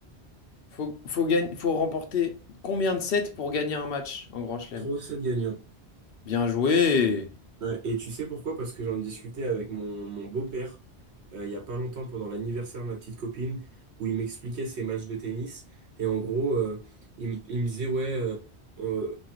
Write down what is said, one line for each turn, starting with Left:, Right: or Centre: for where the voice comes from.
Left: Faut, faut, gagner, faut remporter combien de sets pour gagner un match en grand chelem?
Right: Trois 7 gagnants.
Left: Bien joué!
Right: Ouais, Et tu sais pourquoi? Parce que j'en discutais avec mon, mon beau-père euh, il y a pas longtemps pendant l'anniversaire de ma petite copine où il m'expliquait ses matchs de tennis et en gros euh, il, me il me disait ouais euh, euh,